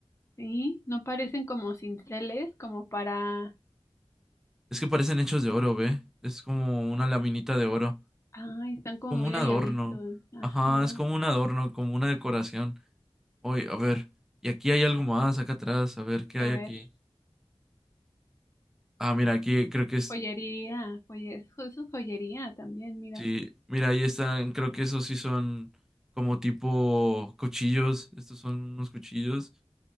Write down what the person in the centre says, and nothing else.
Es que parecen hechos de oro, ¿ve? Es como una laminita de oro,
como
un
adorno.
Ajá, es como un adorno, como una decoración. Oye, a ver, y aquí hay algo más acá atrás, a ver qué
hay
aquí. Ah, mira, aquí creo que es,
sí, mira, ahí están, creo que esos sí son como tipo cuchillos, estos son unos cuchillos.